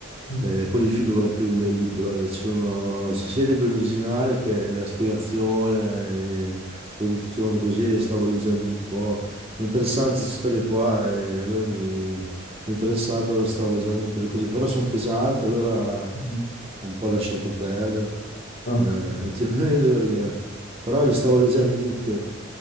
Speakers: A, on the left (about 50°); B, on the right (about 30°).
A: mm,
B: eh, Polifillo proprio il libro, e ci sono, c'è sia il libro in originale che la spiegazione, eh, traduzione così, e stavo leggendo un po', è interessante queste storie qua e allora mi interessato, lo stavo leggendo anche quelle cose, però sono pesanti, allora ho
A: mm.
B: un po' lasciato perdere
A: Ok,
B: eh, ultimamente <laughs> perché... Però le stavo leggendo tutte.